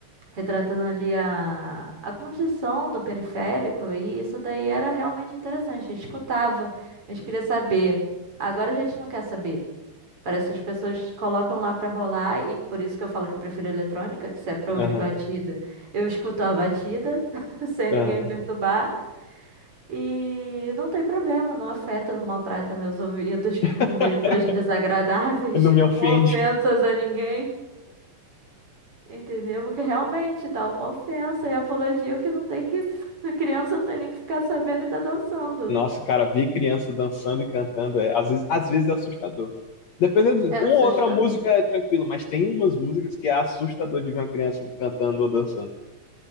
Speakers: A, on the right (about 40°); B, on the left (about 60°).
A: Retratando ali a, a condição do periférico, e isso daí era realmente interessante. A gente escutava, a gente queria saber. Agora a gente não quer saber. Parece que as pessoas colocam lá pra rolar, e por isso que eu falo que eu prefiro eletrônica, que se é pra
B: Aham,
A: ouvir batida, eu escuto a batida, <laughs> sem ninguém
B: aham.
A: me perturbar. E não tem problema, não afeta, não maltrata meus ouvidos com
B: <laughs>
A: letras desagradáveis,
B: Não me
A: <laughs>
B: ofende.
A: com ofensas a ninguém, entendeu? Porque realmente tá uma ofensa e apologia que não tem que. <laughs> A criança não tem nem que ficar sabendo e tá dançando.
B: Nossa, cara, ver criança dançando e cantando é, às vezes, às vezes é assustador. Dependendo,
A: É assustador.
B: uma ou outra música é tranquilo, mas tem umas músicas que é assustador de ver uma criança cantando ou dançando.